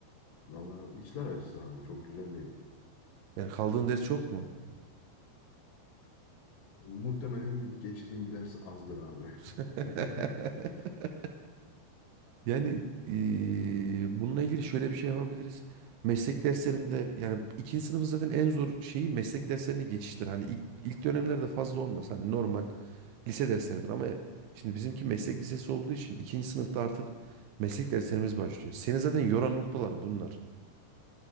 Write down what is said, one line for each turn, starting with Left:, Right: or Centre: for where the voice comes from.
Left: Valla içler acısı abi, çok güzel değil.
Right: Yani kaldığın ders çok mu?
Left: Muhtemelen geçtiğim ders azdır abi.
Right: <laughs>
Left: <laughs>
Right: Yani eee, bununla ilgili şöyle bir şey yapabiliriz. Meslek derslerinde yani ikinci sınıfı zaten en zor şeyi meslek derslerine geçiştir. Hani ilk, ilk dönemlerde fazla olmaz. Hani normal lise dersleridir ama şimdi bizimki meslek lisesi olduğu için ikinci sınıfta artık meslek derslerimiz başlıyor. Seni zaten yoran noktalar bunlar.